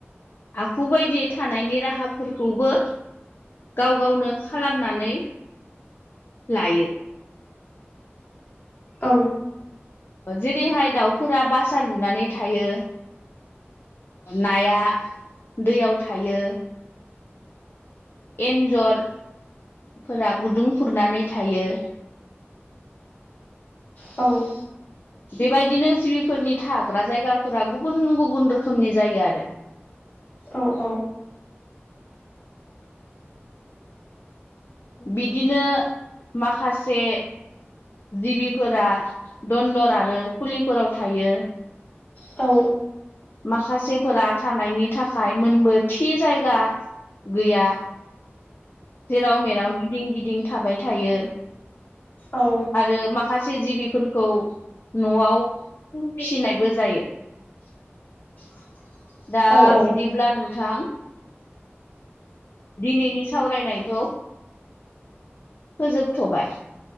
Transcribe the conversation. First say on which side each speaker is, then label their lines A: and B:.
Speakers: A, on the left; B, on the left.
A: आखु बायदि थानायनि राहाफोरखौबो। गाव गावनो खालामनानै लायो।
B: औ।
A: जेरैहाय दाउफोरा बासा लुनानै थायो। नाया दैयाव थायो। एन्जरफोरा गुदुं खुरनानै थायो।
B: औ।
A: बेबायदिनो जिबिफोरनि थाग्रा जायगाफोरा गुबुन गुबुन रोखोमनि जायो आरो।
B: औ औ।
A: बिदिनो माखासे जिबिफोरा दनन्दर आरो खुलिफोराव थायो।
B: औ
A: माखासेफोरा थानायनि थाखाय मोनबो थि जायगा गैया जेराव मेराव गिदिं गिदिं थाबाय थायो।
B: औ।
A: आरो माखासे जिबिफोरखौ न'आव फुं फिसिनायबो जायो।
B: <inaudible>
A: दा
B: औ
A: बिदिब्ला नोंथां। दिनैनि सावरायनायखौ फोजोबथ'बाय।